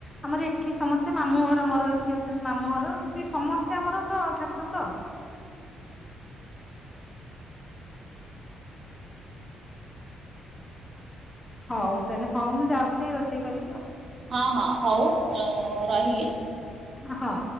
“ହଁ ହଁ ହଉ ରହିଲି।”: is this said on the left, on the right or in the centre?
Right